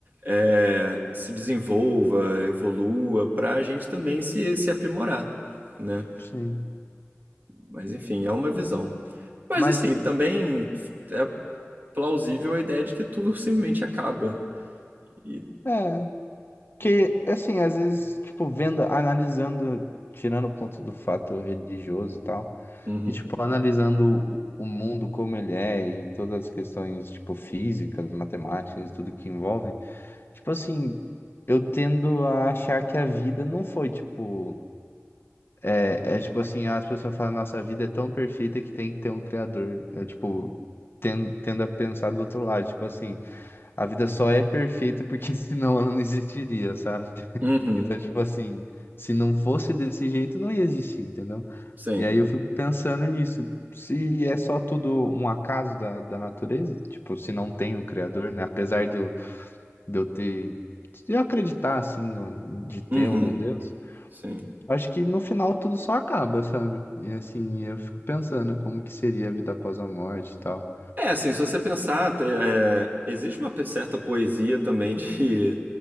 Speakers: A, on the right; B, on the left.
A: é, se desenvolva, evolua, para a gente também se, se aprimorar, né?
B: sim.
A: Mas enfim, é uma visão. Mas
B: Mas,
A: assim, também é plausível a ideia de que tudo simplesmente acaba. E...
B: É, que assim, às vezes, tipo, vendo, analisando, tirando o ponto do fato religioso e tal,
A: Uhum.
B: e tipo, analisando o o mundo como ele é e todas as questões, tipo, físicas, matemáticas, tudo que envolvem, tipo assim, eu tendo a achar que a vida não foi, tipo. É tipo assim, as pessoas falam, nossa, a vida é tão perfeita que tem que ter um criador. É tipo, ten- tendo a pensar do outro lado, tipo assim, a vida só é perfeita porque <laughs> senão ela não existiria, sabe? <laughs>
A: Uhum.
B: Então, tipo assim, se não fosse desse jeito, não ia existir, entendeu?
A: Sim.
B: E aí eu fico pensando nisso. Se é só tudo um acaso da, da natureza, tipo, se não tem um criador, né? Apesar de eu, de eu ter, de eu acreditar, assim, no- de ter
A: Uhum.
B: algum Deus.
A: Sim.
B: Acho que no final tudo só acaba, sabe? E assim, eu fico pensando como que seria a vida após a morte e tal.
A: É, assim, se você pensar, te- é, existe uma pe- certa poesia também de,